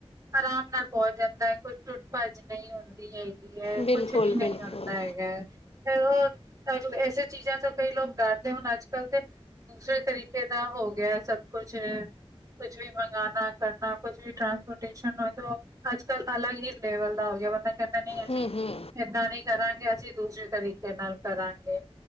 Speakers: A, on the right; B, on the left.
A: ਅਰਾਮ ਨਾਲ ਪੋਹਂਚ ਜਾਂਦੈ, ਕੋਈ ਟੁੱਟ-ਭੱਜ ਨਈ ਹੋਂਦੀ ਹੈ। ਕੀ ਐ,
B: ਬਿਲਕੁਲ
A: ਕੁੱਛ ਵੀ ਨਈ
B: ਬਿਲਕੁਲ
A: ਹੋਂਦਾ ਹੈਗੈ। ਫੇਰ ਓ, <unintelligible> ਐਸੇ ਚੀਜਾ ਤੋਂ ਕਈ ਲੋਕ ਡਰਦੇ ਹੋਨ ਆੱਜ-ਕੱਲ ਤੇ ਦੂਸਰੇ ਤਰੀਕੇ ਦਾ ਹੋ ਗਿਆ ਸਭ ਕੁਛ ਆ। ਕੁਛ ਵੀ ਮੰਗਾਣਾ ਕਰਨਾ ਕੁਛ ਵੀ ਟਾਂਸਪੋਰਟ ਅੱਜ ਕੱਲ ਅਲੱਗ ਹੀ ਲੇਵਲ ਦਾ ਹੋ ਗਿਆ ਬੰਦਾ ਕਹਿੰਦੇ ਨਹੀਂ ਅਸੀਂ
B: ਹੂੰ ਹੂੰ
A: ਇੱਦਾਂ ਨੀ ਕਰਾਂਗੇ ਅਸੀਂ ਦੂਸਰੇ ਤਰੀਕੇ ਨਾਲ ਕਰਾਂਗੇ।